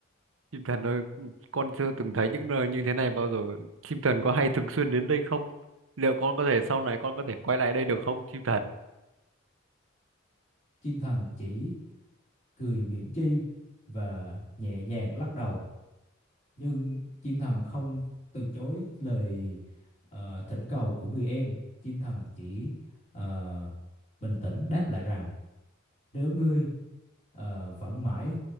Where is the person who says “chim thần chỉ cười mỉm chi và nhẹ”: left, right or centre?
Left